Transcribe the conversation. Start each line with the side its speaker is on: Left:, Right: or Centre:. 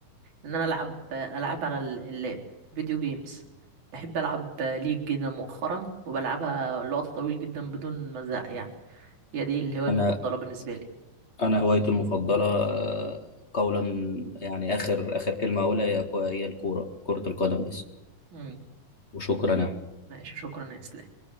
Right: ان انا العب العب على ال- اللاب فيديو جيمز بحب العب ليج جدا مؤخرا وبلعبها لوقت طويل جدا بدون مزاق يعني هي دي الهواية
Left: أنا
Right: المفضلة بالنسبة لي
Left: أنا هوايتي المفضلة آه، قولا يعني آخر آخر كلمة أقولها هي هي الكورة كرة القدم بس
Right: مم.
Left: وشكرا يا
Right: ماشي شكرا يا اسلام